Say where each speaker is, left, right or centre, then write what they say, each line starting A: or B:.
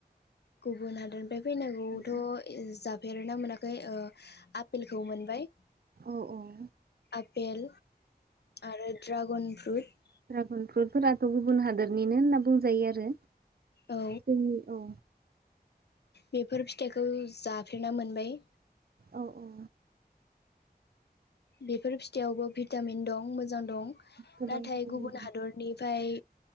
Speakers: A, on the left; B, on the right.
A: गुबुन हादर फैनांखोथ
B: औ
A: ए जा- बेेरना मोनाखै ओ आपेलखौ मोनबाय
B: औ औ
A: आपेल आरो ड्रागन फ्रुट
B: ड्रागन फ्रुटफोराथ गुबुन हादोरनिनो होनना बुंजायो आरो
A: औ
B: जोंनि औ।
A: बेफोर फिथाइखौ जाफेरना मोनबाय
B: औ औ।
A: बेफोर फिथाइयावबो भिटामिन दं मोजां दं
B: गोबां
A: नाथाय
B: मोनदों।
A: गुबुन हादरनिफ्राय